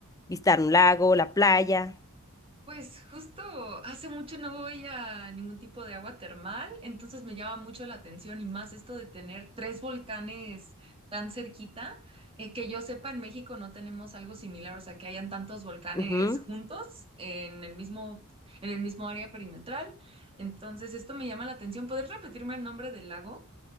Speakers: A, on the left; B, on the right.
A: visitar un lago, la playa.
B: Pues justo hace mucho no voy a ningún tipo de agua termal, entonces me llama mucho la atención y más esto de tener tres volcanes tan cerquita, eh, que yo sepa en México no tenemos algo similar, o sea, que hayan tantos volcanes
A: Ujú.
B: juntos en el mismo, en el mismo área perimetral. Entonces esto me llama la atención. ¿Podrías repetirme el nombre del lago?